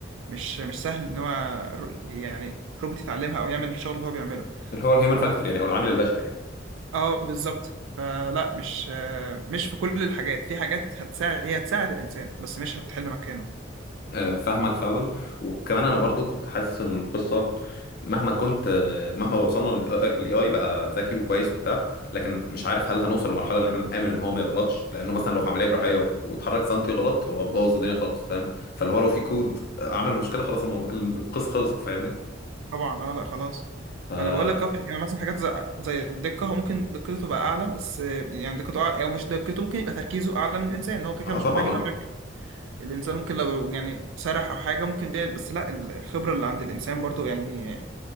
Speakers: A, on the right; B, on the left.
A: مش مش سهل إن هو رو- يعني روبوت يتعلمها أو يعمل الشغل اللي هو بيعمله
B: اللي هو الهيومن
A: ف
B: فاكتور يعني او العامل البشري يعني
A: آه بالظبط فلا مش آه، مش في كل الحاجات في حاجات هتساعد هي هتساعد الإنسان بس مش هتحل مكانه
B: آه، فاهمك فعلا وكمان انا برضو كنت حاسس ان القصه مهما كنت آه، مهما وصلنا للاي اي بقى ذكي وكويس وبتاع لكن مش عارف هل هنوصل لمرحله ان احنا نامن ان هو ما يغلطش لانه مثلا لو في عمليه جراحيه واتحرك سنتي غلط هو بوظ الدنيا خالص فاهم فاللي هو لو في كود آه، عمل مشكله خلاص الموضوع القصه خلصت فاهمني
A: طبعا اه لا خلاص
B: ف اه
A: ما انا بقول لك اه يعني مثلا حاجات زي زي الدقه هو ممكن دقته تبقى اعلى بس آه، يعني دقته أع- او مش دقته ممكن يبقى تركيزه اعلى من الانسان هو كده
B: طبعا
A: كده مش محتاج يبقى
B: اه
A: مركز الانسان ممكن لو يعني سرح او حاجه ممكن دي بس لا الخبره اللي عند الانسان برضو يعني